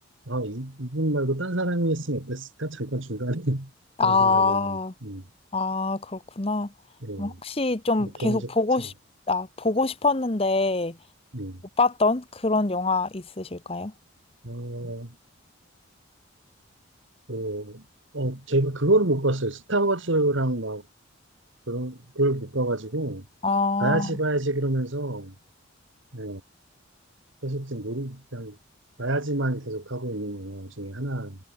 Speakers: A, on the right; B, on the left.
A: 아, 이, 이분 말고 딴 사람이 했으면 어땠을까? 잠깐 중간에 <laughs>
B: 아,
A: 그런 생각을, 음,
B: 아, 그렇구나.
A: 예,
B: 그럼 혹시 좀
A: 뭐, 개인적
B: 계속 보고
A: 차이.
B: 싶, 아, 보고 싶었는데
A: 음.
B: 못 봤던 그런 영화 있으실까요?
A: 어, 또, 어, 제가 그걸 못 봤어요. 스타워즈랑 막, 그런, 그걸 못 봐가지고,
B: 아,
A: 봐야지, 봐야지 그러면서, 예, 계속 지금 놀이, 그냥, 봐야지만 계속 하고 있는 영화 중에 하나,